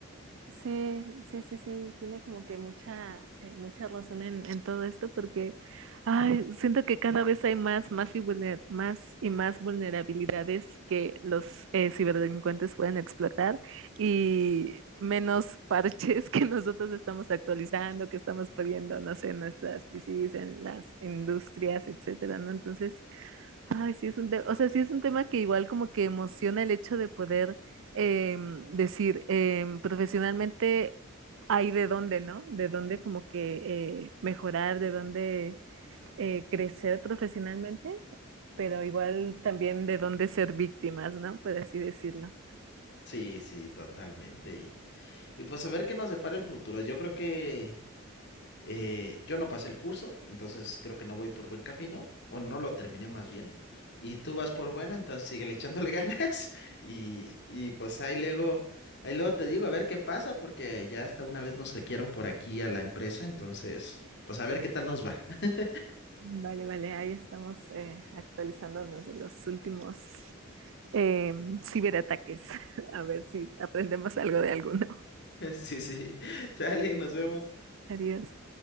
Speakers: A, on the right (about 65°); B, on the left (about 55°).
A: Sí, sí, sí, sí, tiene como que mucha, eh, mucha razón en, en todo esto porque, ay, siento que cada vez hay más, más y, vulner- más y más vulnerabilidades que los eh, ciberdelincuentes pueden explotar y menos <laughs> parches que nosotros estamos actualizando, que estamos poniendo, no sé, en nuestras PCs, en las industrias, etcétera, ¿no? Entonces, ay, sí es un tema, o sea, sí es un tema que igual como que emociona el hecho de poder em, decir, em, profesionalmente hay de dónde, ¿no? De dónde como que eh, mejorar, de dónde eh, crecer profesionalmente, pero igual también de dónde ser víctimas, ¿no? Por así decirlo.
B: Sí, sí, totalmente. Y, y pues a ver qué nos depara el futuro. Yo creo que Eh, yo no pasé el curso, entonces creo que no voy por buen camino, o no lo terminé más bien. Y tú vas por buena, entonces sigue echándole <laughs> ganas. Y, y pues ahí luego, ahí luego te digo a ver qué pasa, porque ya hasta una vez nos hackearon por aquí a la empresa, entonces, pues a ver qué tal nos va. <laughs>
A: Vale, vale, ahí estamos eh, actualizándonos de los últimos em, ciberataques, <laughs> a ver si aprendemos algo de alguno.
B: Sí, sí. Sale, nos vemos.
A: Adiós.